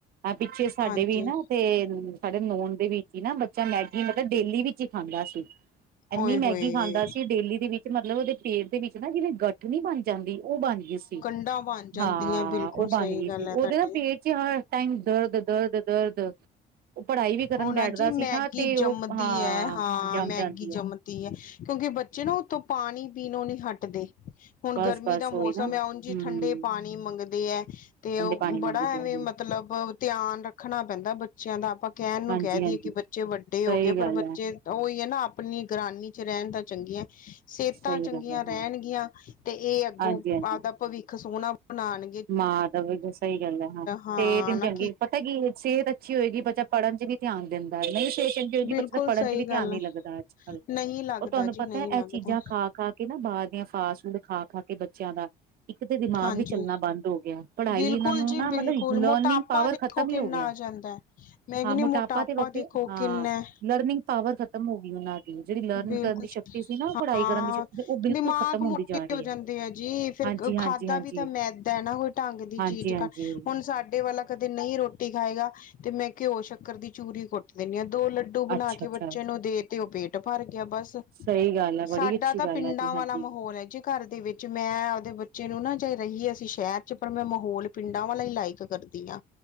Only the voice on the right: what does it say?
ਐ ਪਿੱਛੇ ਸਾਡੇ
ਵੀ ਨਾ ਤੇਲ ਸਾਡੇ ਨੋਨ ਦੇ ਵਿੱਚ ਹੀ ਨਾ ਬੱਚਾ ਮੈਗੀ ਮਤਲਬ ਡੇਲੀ ਵਿੱਚ ਹੀ ਖਾਂਦਾ ਸੀ। ਇੰਨੀ
ਮੈਗੀ
ਖਾਂਦਾ ਸੀ ਡੇਲੀ ਦੇ ਵਿੱਚ ਮਤਲਬ ਉਹਦੇ ਪੇਟ ਦੇ ਵਿੱਚ ਨਾ ਜਿਹਵੇੇ ਗਟ ਨਹੀਂ ਬਣ ਜਾਂਦੀ ਉਹ ਬਣ ਗਈ ਸੀ।
ਹਾਂ
ਉਹ ਬਣ
ਗਈ
ਸੀ ਉਹਦੇ
ਨਾ ਪੇਟ ਚ ਹਰ ਟਾਈਮ ਦਰਦ ਦਰਦ ਦਰਦ ਉਹ ਪੜ੍ਹਾਈ ਵੀ ਕਰਨ
ਬੈਠਦਾ
ਸੀ ਨਾ ਤੇ
ਉਹ ਹਾਂ
ਜੰਮ
ਜਾਂਦੀ ਆ।
ਬਸ
ਬਸ
ਉਹੀ ਨਾ ਹਮ
ਕਹਿੰਦੇ
ਪਾਣੀ
ਮੰਗਦੇ
ਆ
ਹਾਂਜੀ
ਹਾਂਜੀ
ਸਹੀ
ਗੱਲ
ਹੈ
ਸਹੀ
ਗੱਲ ਹੈ
ਹਾਂ
ਹਾਂਜੀ ਹਾਂਜੀ
ਮਾਂ ਤਾਂ ਵੀ ਸਹੀ ਗੱਲ ਹੈ ਹਾਂ
ਸਿਹਤ ਨਹੀਂ
ਚੰਗੀ ਪਤਾ ਕੀ ਸਿਹਤ ਅੱਛੀ ਹੋਏਗੀ ਬੱਚਾ ਪੜ੍ਹਨ ਚ ਵੀ ਧਿਆਨ ਦੇਣ ਨਹੀਂ ਸੋਚਣਗੀ
ਬੱਚੇ ਦਾ ਪੜ੍ਹਨ
ਚ ਵੀ
ਧਿਆਨ ਨੀ
ਲੱਗਦਾ ਅੱਜ ਕੱਲ
ਉਹ ਤੁਹਾਨੂੰ
ਪਤਾ
ਹੈ
ਇਹ ਚੀਜ਼ਾਂ ਖਾ ਖਾ ਨਾ ਬਾਹਰ ਦੀ ਫਾਸਟ ਫੂਡ ਖਾ ਖਾ ਕੇ ਬੱਚਿਆਂ ਦਾ ਇੱਕ ਤੇ ਦਿਮਾਗ
ਵੀ ਚੱਲਣਾ ਬੰਦ ਹੋ ਗਿਆ ਪੜ੍ਹਾਈ
ਇਹਨਾਂ ਨੂੰ
ਨਾ
ਮਤਲਬ ਲਰਨਿੰਗ
ਪਾਵਰ
ਖਤਮ
ਹੀ ਹੋ ਗਿਆ।
ਹਾਂ ਮੋਟਾਪਾ ਤੇ ਵੱਖਰੇ
ਹਾਂ
ਲਰਨਿੰਗ ਪਾਵਰ ਖ਼ਤਮ ਹੋ ਗਈ ਉਹਨਾਂ ਦੀ। ਜਿਹੜੀ ਲਰਨ
ਕਰਨ ਦੀ ਸ਼ਕਤੀ ਸੀ ਨਾ
ਪੜ੍ਹਾਈ ਕਰਨ ਦੀ ਸ਼ਕਤੀ ਸੀ ਉਹ ਬਿਲਕੁਲ
ਖਤਮ ਹੁੰਦੀ
ਜਾ ਰਹੀ
ਹੈ
ਹਾਂਜੀ
ਹਾਂਜੀ ਹਾਂਜੀ
ਹਾਂਜੀ
ਹਾਂਜੀ
ਅੱਛਾ-ਅੱਛਾ
ਸਹੀ ਗੱਲ ਹੈ ਬੜੀ
ਅੱਛੀ
ਗੱਲ
ਹੈ ਤੇ ਹਾਂਜੀ